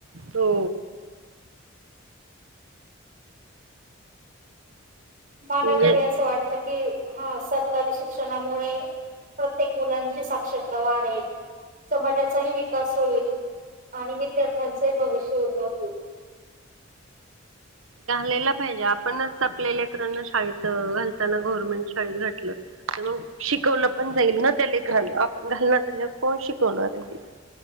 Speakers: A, on the right; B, on the right.
A: हो
B: मला
A: म्हणजे
B: तरी असं वाटतं कि हा सरकारी शिक्षणामुळे प्रत्येक मुलांची साक्षरता वाढेल समाजाचाही विकास होईल आणि विद्यार्थ्यांचंही भविष्य उजव
A: घालेला पाहिजे आपणच आपल्या लेकरांना शाळेत घालताना गव्हर्मेंट शाळेत घातलं तर मग शिकवलं पण जाईल ना त्या लेकरांना आपण घालणा झाल्यावर कोण शिकवणार आहे तिथं